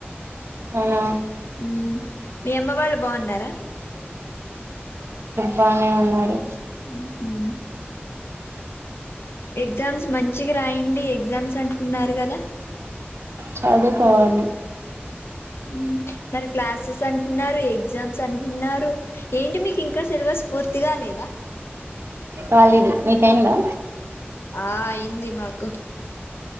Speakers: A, on the right (about 80°); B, on the left (about 70°).
A: అవునా
B: హ్మ్ మీ అమ్మ వాళ్ళు బాగున్నారా
A: బాగానే ఉన్నారు
B: ఉహ్మ్మ్ ఎగ్జామ్స్ మంచిగా రాయండి ఎగ్జామ్స్ అంటున్నారు కదా
A: చదువుకోవాలి
B: హ్మ్ మరి క్లాసెస్ అంటున్నారు ఎగ్జామ్స్ అంటున్నారు ఏంటి మీకు ఇంకా సిలబస్ పూర్తిగా లేదా
A: కాలేదు మీకయిందా
B: ఆ అయింది మాకు